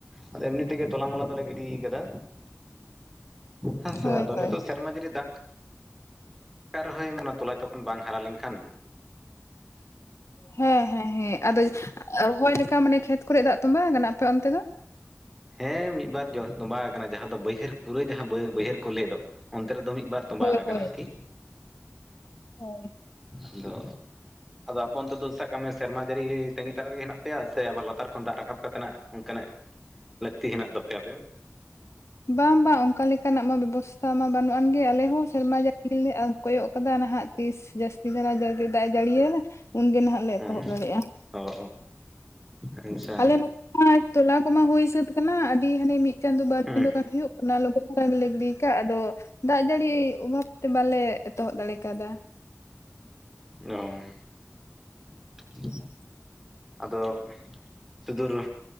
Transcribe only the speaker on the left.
ᱦᱳᱭ
ᱦᱳᱭ
ᱦᱮᱸ ᱦᱮᱸ ᱦᱮᱸ ᱟᱫᱚ ᱨᱚᱦᱚᱭ ᱞᱮᱠᱟ ᱢᱟᱱᱮ ᱠᱷᱮᱛ ᱠᱚᱨᱮ ᱫᱟᱜ ᱛᱚᱸᱵᱟ ᱟᱠᱟᱱᱟ ᱟᱯᱮ ᱚᱱᱛᱮ ᱫᱚ
ᱦᱳᱭ
ᱦᱳᱭ
ᱦᱳᱭ
ᱵᱟᱝ ᱵᱟᱝ ᱚᱱᱠᱟ ᱞᱮᱠᱟᱱᱟᱜ ᱢᱟ ᱵᱮᱵᱚᱥᱛᱷᱟ ᱢᱟ ᱵᱟᱹᱱᱩᱜ ᱟᱱᱜᱮ ᱟᱞᱮ ᱦᱚᱸ ᱥᱮᱨᱢᱟ ᱡᱟᱲᱤ ᱜᱮ ᱟᱸᱥ ᱠᱚᱭᱚᱜ ᱠᱟᱫᱟ ᱱᱟᱦᱟᱜ ᱛᱤᱥ ᱡᱟᱹᱥᱛᱤ ᱫᱷᱟᱨᱟ ᱫᱟᱜ ᱡᱟᱹᱲᱤᱭᱟᱭ ᱩᱱᱜᱮ ᱱᱟᱦᱟᱜ ᱞᱮ
ᱮᱛᱚᱦᱚᱵ ᱫᱟᱲᱮᱭᱟᱜᱼᱟ
ᱟᱞᱮ ᱢᱟᱛᱚ ᱛᱚᱞᱟ ᱠᱚᱢᱟ ᱦᱩᱭ ᱥᱟᱹᱛ ᱟᱠᱟᱱᱟ ᱟᱹᱰᱤ ᱦᱟᱱᱮ ᱢᱤᱫ ᱪᱟᱸᱫᱳ ᱵᱟᱨ
ᱪᱟᱸᱫᱳ ᱜᱟᱱ ᱦᱩᱭᱩᱜ ᱠᱟᱱᱟ ᱠᱷᱩᱵ ᱵᱷᱚᱨᱟ ᱜᱮᱞᱮ ᱜᱤᱰᱤ ᱠᱟᱫ ᱟᱫᱚ ᱫᱟᱜ ᱡᱟᱹᱲᱤ ᱚᱵᱷᱟᱵ ᱛᱮ ᱵᱟᱞᱮ ᱮᱛᱚᱦᱚᱵ ᱫᱟᱲᱮ ᱟᱠᱟᱣᱫᱟ
<unintelligible>